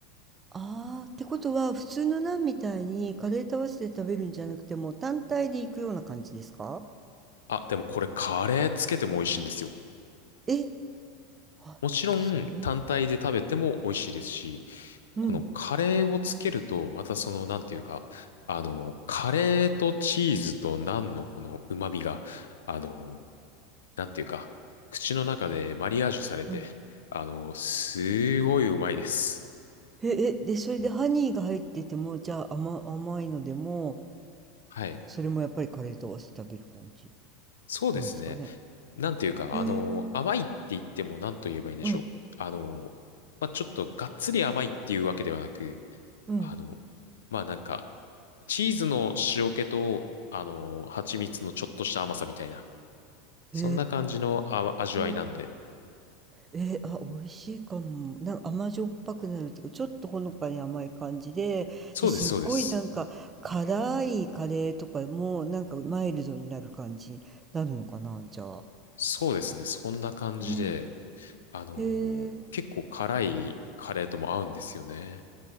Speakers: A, on the right (about 25°); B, on the left (about 75°).
A: ああ、ってことは、普通のナンみたいにカレーと合わせて食べるんじゃなくて、もう単体でいくような感じですか
B: あ、でもこれカレーつけても美味しいんですよ。
A: え、あ、
B: もちろん単体で食べても美味しいですし、
A: そう。
B: このカレーをつけると、
A: うん。
B: またその、なんていうか、あの、カレーとチーズとナンのこの旨味が、あの、なんていうか、口の中でマリアージュされて、
A: うん。
B: あの、すごいうまいです。
A: え、え、で、それでハニーが入ってても、
B: ほん
A: じゃあ甘、甘いのでも、
B: はい。
A: それもやっぱりカレーと合わせて食べる感じ
B: そうですね。
A: なんですかね。
B: なんていうか、
A: へえ、
B: あの、甘いって言っても何と言えばいいんでしょう。
A: うん、
B: あの、まあ、ちょっとがっつり甘いっていうわけではなく、
A: うん。
B: あの、まあ、なんか、チーズの塩気と、あの、蜂蜜のちょっとした甘さみたいな、
A: へ
B: そんな感じのあ味わいなんで。
A: え、えー、あ、美味しいかも。なんか甘じょっぱくなるっていうか、ちょっとほのかに甘い感じで、
B: そうです、
A: じゃ、すっごいなんか辛いカレーとかも、
B: そうです。
A: なんかマイルドになる感じになるのかな、じゃあ。
B: そうですね、そんな感じで、
A: ね。
B: あの、
A: へえ、
B: 結構辛いカレーとも合うんですよね。